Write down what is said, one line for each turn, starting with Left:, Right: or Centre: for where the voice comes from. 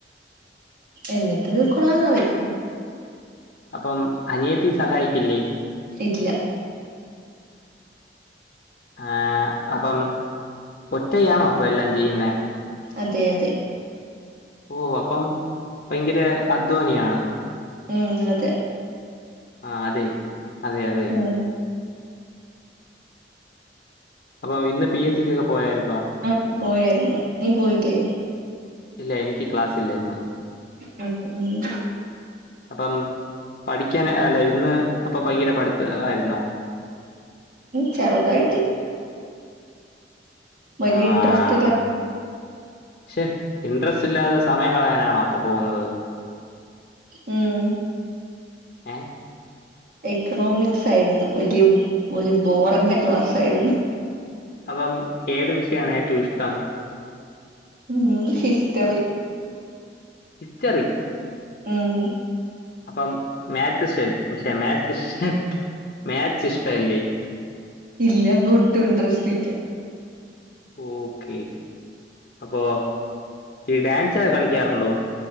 Right: എന്നിട്ട് കൊള്ളാന്ന് പറയും.
Left: അപ്പം അനിയത്തി സഹായിക്കില്ലേ?
Right: ഇല്ല.
Left: ആഹ് അപ്പം ഒറ്റയാണോ? എല്ലാം ചെയ്യുന്നേ?
Right: അതെ അതെ.
Left: ഓ അപ്പം ഭയങ്കര അധ്വാനിയാണ്.
Right: മ് അതെ.
Left: ആഹ് അതെ. അതെ അതെ.
Right: ഉം
Left: അപ്പൊ ഇന്ന് പി എസ് സികൊക്കെ പോയായിര്
Right: ആഹ് പോയായിരുന്നു. നീ പോയി ല്ലേ.
Left: ഇല്ല എനിക്ക് ക്ലാസ് ഇല്ല ഇന്ന്.
Right: മ് മ്
Left: അപ്പം പഠിക്കാൻ അല്ല ഇന്ന് അപ്പം ഭയങ്കര പഠിത്ത് ആയിര്ന്നോ?
Right: ചെറുതായിട്ട്. വലിയ
Left: ആഹ്
Right: ഇൻട്രസ്റ്റ് ഇല്ല
Left: ഛെ ഇന്ട്രസ്റ്റില്ലാതെ സമയം കളയാനാണോ അപ്പൊ പോകുന്നത്.
Right: ഉം
Left: ഏ
Right: എക്കണോമിക്സ് ആയിര്ന്നു വലിയ ഒരു ബോറന്റെ ക്ലാസ് ആയിര്ന്ന്.
Left: അപ്പം ഏത് വിഷയാണ് ഏറ്റവും ഇഷ്ട്ടം.
Right: മ് ഹിസ്റ്ററി.
Left: ഹിസ്റ്ററി.
Right: ഉം
Left: അപ്പം മാത് ശ് ശെ മാത്ശ് ന്നെ മാത്‍സ് ഇഷ്ടല്ലേ?
Right: ഇല്ല ഒട്ടും ഇട്രസ്റ്റ് ഇല്ല.
Left: ഓക്കേ അപ്പോ ഈ ഡാൻസെ കളിക്ക്യാറുണ്ടോ?